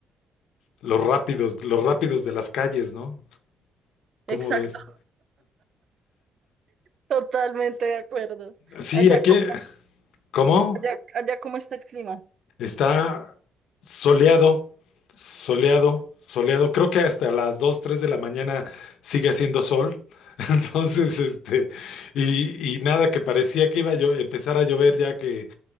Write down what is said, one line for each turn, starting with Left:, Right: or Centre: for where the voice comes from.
Left: los rápidos, los rápidos de las calles, ¿no? ¿Cómo
Right: Exacto,
Left: ves?
Right: totalmente de acuerdo.
Left: Sí,
Right: Allá,
Left: aquí,
Right: co-
Left: ¿cómo?
Right: allá, allá ¿cómo está el clima?
Left: Está soleado, soleado, soleado. Creo que hasta las 2, 3 de la mañana sigue haciendo sol. <laughs> Entonces, este, y, y nada, que parecía que iba a llo- empezar a llover ya que